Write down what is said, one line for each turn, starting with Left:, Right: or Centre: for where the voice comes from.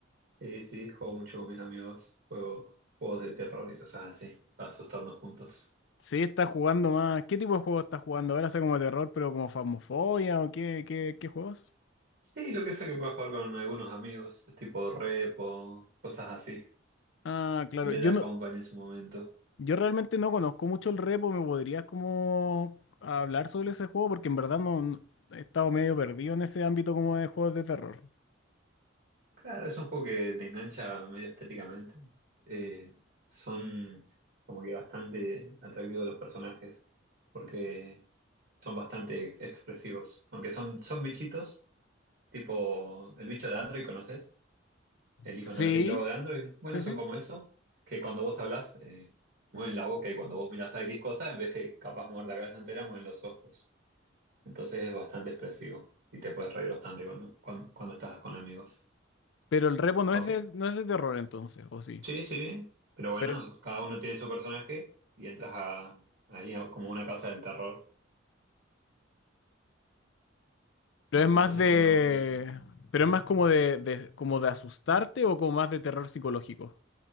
Right: Sí, sí, juego mucho con mis amigos, juego juegos de terror y cosas así, para asustarnos juntos.
Left: Sí, estás jugando más. ¿Qué tipo de juegos estás jugando? Ahora sé como terror, pero como Phasmophobia o qué, qué, qué juegos?
Right: Sí, lo que sea que pueda jugar con algunos amigos, tipo Repo, cosas así.
Left: Ah, claro.
Right: Lethal
Left: Yo no,
Right: Company en su momento.
Left: yo realmente no conozco mucho el repo. ¿Me podrías como hablar sobre ese juego? Porque en verdad no, no- he estado medio perdido en ese ámbito como de juegos de terror.
Right: Claro, es un juego que te engancha medio estéticamente. Eh, son como que bastante atractivos los personajes, porque son bastante expresivos. Aunque son, son bichitos, tipo el bicho de Android, ¿conoces? el
Left: Sí,
Right: icono, el logo de Android. Bueno,
Left: sí,
Right: son
Left: sí.
Right: como eso, que cuando vos hablas, eh, mueven la boca y cuando vos miras a X cosa, en vez que capaz mover la cabeza entera, mueven los ojos. Entonces es bastante expresivo y te puedes reír bastante cuando, cuando, cuando estás con amigos.
Left: Pero el repo no
Right: ¿A
Left: es
Right: vos?
Left: de, no es de terror entonces, ¿o sí?
Right: Sí, sí, pero bueno,
Left: Pero,
Right: cada uno tiene su personaje y entras a, ahí a- como una casa del terror.
Left: pero es más
Right: Entonces
Left: de.
Right: cuando... mm,
Left: Pero es más como de, de- como de asustarte o como más de terror psicológico.